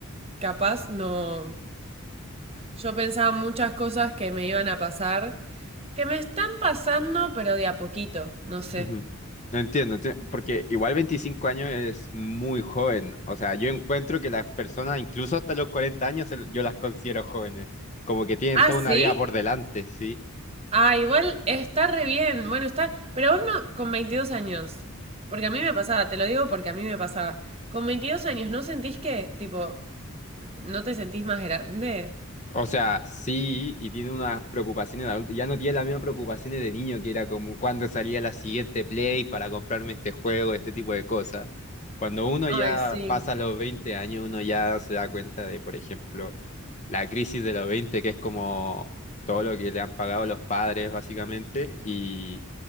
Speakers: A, on the right (about 30°); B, on the left (about 35°).
A: capaz no. Yo pensaba muchas cosas que me iban a pasar, que me están pasando, pero de a poquito, no sé.
B: Ujú. Entiendo, enti- porque igual 25 años es muy joven. O sea, yo encuentro que las personas, incluso hasta los 40 años, el- yo las considero jóvenes. Como que tienen
A: Ah,
B: toda
A: sí.
B: una vida por delante, sí.
A: Ah, igual está re bien. Bueno, está, pero vos no, con 22 años. Porque a mí me pasaba, te lo digo porque a mí me pasaba. Con 22 años, ¿no sentís que, tipo, no te sentís más grande?
B: O sea, sí, y tiene unas preocupaciones de adulto. Ya no tiene las mismas preocupaciones de niño, que era como cuando salía la siguiente Play para comprarme este juego, este tipo de cosas. Cuando uno
A: Ay,
B: ya
A: sí.
B: pasa los 20 años, uno ya se da cuenta de, por ejemplo, la crisis de los 20, que es como todo lo que le han pagado los padres, básicamente, y